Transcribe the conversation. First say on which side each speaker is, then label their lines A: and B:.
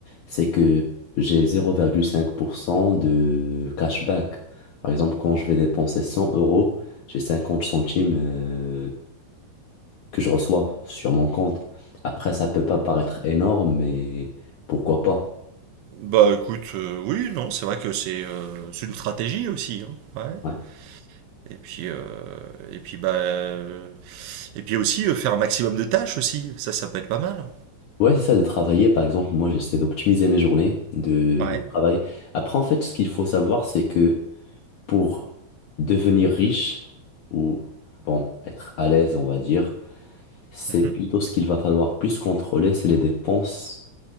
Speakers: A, on the left; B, on the right.
A: c'est que j'ai 0,5% de cashback. Par exemple, quand je vais dépenser 100 euros, j'ai 50 centimes euh, que je reçois sur mon compte. Après, ça peut pas paraître énorme, mais pourquoi pas?
B: Bah écoute, euh, oui, non, c'est vrai que c'est euh, c'est une stratégie aussi, hein. Ouais.
A: Ouais.
B: Et puis, euh, et puis, bah, euh, et puis aussi euh, faire un maximum de tâches aussi. Ça, ça peut être pas mal.
A: Ouais, c'est ça, de travailler. Par exemple, moi, j'essaie d'optimiser mes journées de
B: Ouais.
A: travail. Après, en fait, ce qu'il faut savoir, c'est que pour devenir riche ou, bon, être à l'aise, on va dire, c'est
B: Mhm.
A: plutôt ce qu'il va falloir plus contrôler, c'est les dépenses